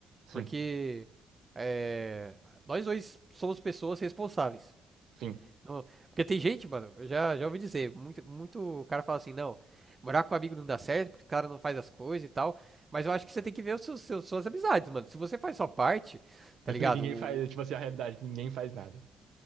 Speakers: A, on the right; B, on the right.
A: Sim,
B: Porque é, nós dois somos pessoas responsáveis.
A: sim. <laughs>
B: Não, Porque tem gente, mano, eu já, já ouvi dizer, muito, muito cara fala assim, não, morar com amigo não dá certo, porque o cara não faz as coisas e tal. Mas eu acho que você tem que ver os seus, seus- suas amizades, mano. Se você faz só parte, tá
A: E
B: ligado?
A: Ninguém
B: O-
A: faz, é, tipo assim, a realidade, ninguém faz nada.